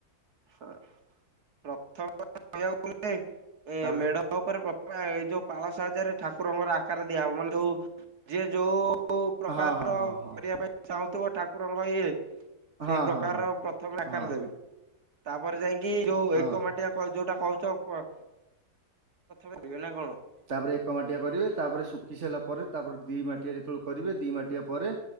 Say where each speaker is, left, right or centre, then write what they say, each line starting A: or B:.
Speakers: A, on the right; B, on the right.
A: ସଳା ପ୍ରଥ <unintelligible> କହିବାକୁ ଗଲେ ଏ
B: ତା
A: ମେଢ ତା ଉପରେ ପ୍ରପ ଏ ଯୋଉ ପାଳ ସାହାଯ୍ୟରେ ଠାକୁରଙ୍କର ଆକାର ଦିଆହବ ମାନେ ଯୋଉ ଯିଏ ଯୋଉ ଯୋଉ ପ୍ରକାର
B: ହଁ ହଁ ହଁ ହଁ
A: କରିବା ପାଇଁ ଚାହୁଁଥିବ ଠାକୁରଙ୍କ ଇଏ ସେଇ
B: ହଁ
A: ପ୍ରକାରର
B: ହଁ ହଁ।
A: ପ୍ରଥମେ ଆକାର
B: ହଁ
A: ଦେବେ ତାପରେ ଯାଇକି ଯୋଉ ଏକ
B: ହଁ।
A: ମାଟିଆ ଯୋଉଟା କହିଛ <inaudible> ପ୍ରଥମେ ଯିବେ ନା କଣ?
B: ତାପରେ ଏକ ମାଠିଆ କରିବେ। ତାପରେ ଶୁଖି ସାରିଲା ପରେ ତାପରେ ଦି ମାଠିଆ ଯେତେବେଳେ କରିବେ। ଦି ମାଠିଆ ପରେ।